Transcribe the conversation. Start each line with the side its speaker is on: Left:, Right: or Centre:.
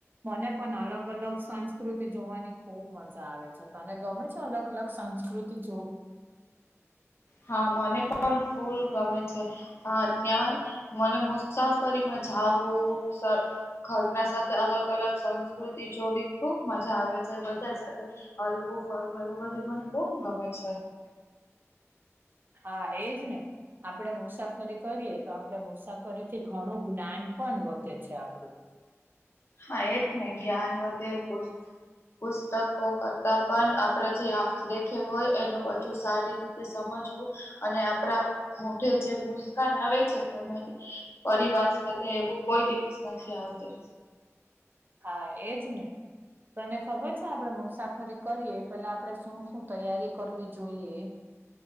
Right: મને પણ અલગ અલગ સંસ્કૃતિ જોવાની ખુબ મજા આવે છે, તને ગમે? અલગ અલગ સંસ્કૃતિ જોવી?
Left: હા મને પણ ફૂલ ગમે છે. હા ત્યાં મને મુસાફરીમાં જાવું સ ઘરના સાથે અલગ અલગ સંસ્કૃતિ જોવી ખુબ મજા આવે છે, બધા સાથે હરવું ફરવું એવું બધું મને બો ગમે છે.
Right: હા એજ ને આપડે મુસાફરી કરીએ તો આપડે મુસાફરીથી ઘણું જ્ઞાન પણ વધે છે, આપડું
Left: હા એ જ ને જ્ઞાન વધે પો પુસ્તકો
Right: હા
Left: કરતા પણ આપણેે જે આંખ દેખે હોય એનું વધુ સારી રી તે સમજવું અને આપણા મોઢે જે મુસ્કાન આવે છે. <unintelligible> પરિવાર સાથે એવું કોઈ દિવસ નથી આવતી
Right: હા એજ ને તને ખબર છે, આપડે મુસાફરી કરીએ પેલા આપણે શું શું તૈયારી કરવી જોઈએ?